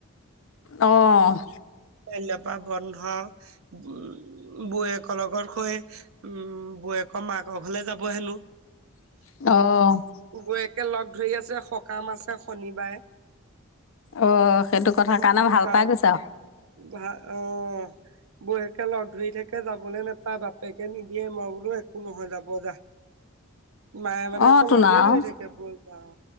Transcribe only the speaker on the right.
কাইলে পৰা বন্ধ আৰু, উম বৌৱেকৰ লগত শুই উম বৌৱে মাকৰ ঘৰলে যাব হেনো।
বৌৱেকে লগ ধৰি আছে সকাম আছে শনিবাৰে।
উ,
গা
ভাল অ'। বৌৱেকে লগ ধৰি থাকে যাবলৈ নোপায় বাপেকে নিদিয়ে মই বোলো একো নহয় যাব যা। মায়ে মানে
আকৌ
লগেই
ধৰি থাকে বল যাওঁ।